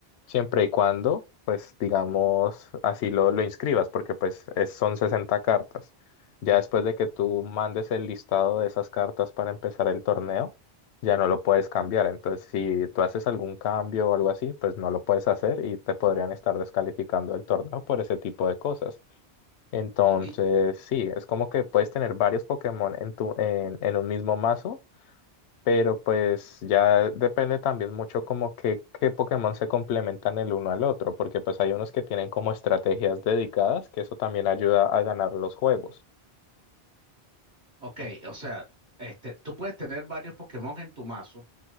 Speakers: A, on the left; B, on the right.
A: siempre y cuando, pues, digamos, así lo, lo inscribas, porque pues es- son 60 cartas. Ya después de que tú mandes el listado de esas cartas para empezar el torneo, ya no lo puedes cambiar. Entonces, si tú haces algún cambio o algo así, pues no lo puedes hacer y te podrían estar descalificando el torneo por ese tipo de cosas. Entonces,
B: Y,
A: sí, es como que puedes tener varios Pokémon en tu, en, en un mismo mazo pero pues ya depende también mucho como que qué Pokémon se complementan el uno al otro, porque pues hay unos que tienen como estrategias dedicadas, que eso también ayuda a ganar los juegos.
B: ok, o sea, este, tú puedes tener varios Pokémon en tu mazo,